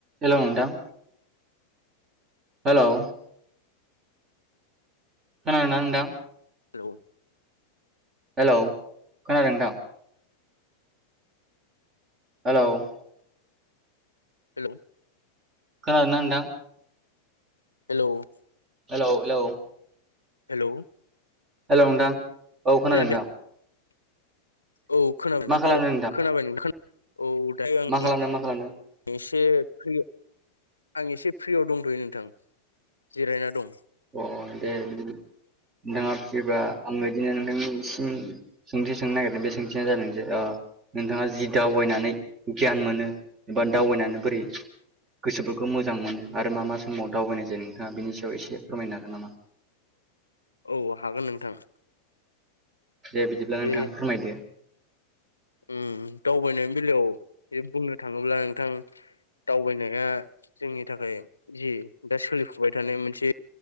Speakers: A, on the right; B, on the left.
A: हेल' नोंथां? हेल' खोनादोंना नोंथां?
B: हेल'
A: हेल' खोनादों नोंथां? हेल'
B: हेल'
A: खोनादोंना नोंथां?
B: हेल'?
A: हेल' हेल'
B: हेल'?
A: हेल' नोंथां औ खोनादों
B: खोनायाखै
A: नोंथां।
B: औ खोनाबाय
A: मा
B: नोंथां
A: खालामदों
B: खोनाबाय खोनाबाय नोंथां खोना औ दायो आं
A: मा खालामदों मा खालामदों
B: एसे फ्रि आं एसे फ्रियाव दंथ'यो नोंथां। जिरायना दं।
A: अ' दे <unintelligible> नोंथाङा फ्रिबा आं इदिनो नोंथांनिसिम सोंथि सोंनो नागिरदों बे सोंथियानो जादों जे ओ नोंथाङा जि दावबायनानै गियान मोनो एबा दावबायनानै बोरै गोसोफोरखौ मोजां मोनो आरो मा मा समाव दावबायनाय जायो नोंथाङा बेनि सायाव एसे फोरमायनो हागोन नामा?
B: औ हागोन नोंथां।
A: दे बिदिब्ला नोंथाङा
B: बे
A: फोरमायदो।
B: उम उम दावबायनायनि बेलायाव ए बुंनो थाङोब्ला नोंथां दावबायनाया जोंनि थाखाय जि दा सोलिफुबाय थानाय मोनसे